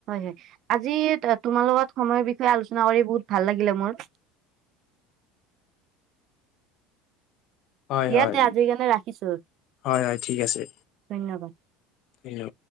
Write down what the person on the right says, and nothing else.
হয় আজি তোমাৰ লগত সময়ৰ বিষয়ে আলোচনা কৰি বহুত ভাল লাগিলে মোৰ।
দিয়া তে আজিৰ কাৰণে ৰাখিছো
ধন্যবাদ